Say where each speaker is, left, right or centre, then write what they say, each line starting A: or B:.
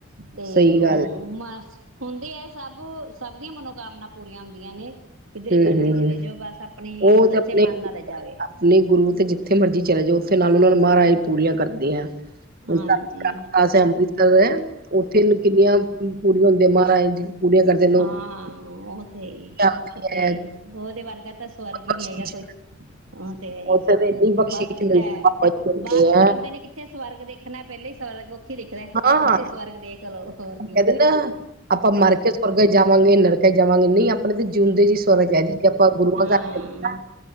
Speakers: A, on the right; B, on the right.
A: ਤੇ
B: ਸਹੀ
A: ਉਹ
B: ਗੱਲ
A: ਮ ਹੁੰਦੀ ਹੈ। ਸਭ ਓ ਸਭ ਦੀ ਮਨੋ ਕਾਮਨਾ ਪੂਰੀਆਂ ਹੁੰਦੀਆਂ ਨੇ ਕਿਧਰੇ
B: ਹਮ
A: ਮਰਜ਼ੀ
B: ਹਮ
A: ਚਲੇ ਜਾਓ ਬਸ ਆਪਣੀ
B: ਉਹ
A: ਸੱਚੇ
B: ਤੇ ਆਪਣੇ
A: ਮਨ ਨਾਲ ਲੈ ਜਾਵੇ
B: ਆਪਣੇ ਗੁਰੂ ਤੇ ਜਿੱਥੇ ਮਰਜ਼ੀ ਚਲੇ ਜਾ ਉੱਥੇ ਨਾਲ ਉਹਨਾਂ ਨੂੰ ਮਹਾਰਾਜ ਪੂਰੀਆਂ ਕਰਦੇ ਆ। ਹੁਣ
A: ਹਾਂਜੀ।
B: ਤੱਕ ਪਾਸ ਹੈ ਅੰਮ੍ਰਿਤਸਰ ਹੈ ਉੱਥੇ ਕਿੰਨੀਆਂ ਪੂਰੀਆ ਹੁੰਦੀਆਂ। ਬਿਮਾਰ ਆਏ ਜੀ ਪੂਰੀਆਂ ਕਰਦੇ ਲੋਕ
A: ਹਾਂ ਉਹ ਤੇ ਹੈ ਹੀ
B: ਜਾਂਦੀ
A: ਤੇ
B: ਹੈ
A: ਉਹਦੇ ਵਰਗਾ ਤਾਂ ਸਵਰਗ ਹੀ
B: ਬਖਸ਼ੀਸ਼
A: ਨੀ ਹੈਗਾ ਕੋਈ ਉਹ ਹੈ ਜੀ
B: ਉੱਥੇ ਤੇ ਇੰਨੀ ਬਖਸ਼ੀਸ਼
A: ਬਸ ਉਹੀ
B: ਮਿਲਦੀ
A: ਤਾਂ ਹੈ
B: ਬਾਬਾ ਜੀ ਮਿਲਦੇ
A: ਬਾਅਦ ਵਿੱਚ
B: ਹੈ
A: ਬੰਦੇ ਨੇ ਕਿੱਥੇ ਸਵਰਗ ਦੇ ਖਣਾ ਪਹਿਲੇ ਹੀ ਸ ਥ ਦਿਖਦਾਹਾ
B: ਹਾਂ
A: ਉੱਥੇ ਸਵਰਗ ਦੇਖ ਲਓ ਹੋਰ
B: ਕਹਿੰਦੇ
A: ਕੀ
B: ਨਾ ਆਪਾਂ ਮਰ ਕੇ ਸਵਰਗ ਜਾਵਾਂਗੇ ਨਰਕੇ ਜਾਵਾਂਗੇ ਨਹੀਂ ਆਪਣੇ ਤੇ ਜਿਉਂਦੇ ਜੀ ਸਵਰਗ ਹੈ ਜੀ ਜੇ ਆਪਾਂ ਗੁਰੂਆਂ
A: ਹਾਂ
B: ਘਰ ਚੱਲੇ ਨਾ